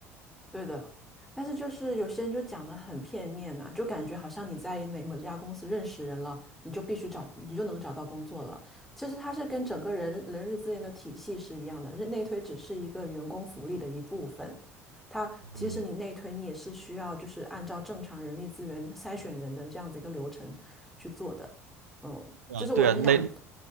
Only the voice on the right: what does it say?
嗯，
啊，
对啊，内